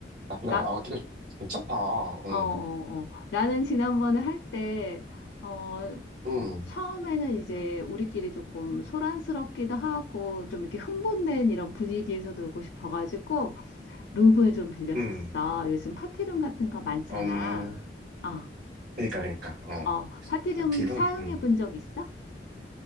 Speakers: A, on the right; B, on the left.
A: 나쁘지
B: 나,
A: 않아. 아, 되게 괜찮다. 응,
B: 어, 어, 어. 나는 지난번에 할 때, 어,
A: 응,
B: 처음에는 이제 우리끼리 조금 소란스럽기도 하고, 좀 이렇게 흥분된 이런 분위기에서 놀고 싶어가지고, 룸을 좀 빌렸었어.
A: 응.
B: 요즘 파티룸 같은 거 많잖아.
A: 어,
B: 어,
A: 그러니까, 그러니까. 어.
B: 어, 파티룸
A: 파티룸?
B: 사용해
A: 음.
B: 본 적 있어?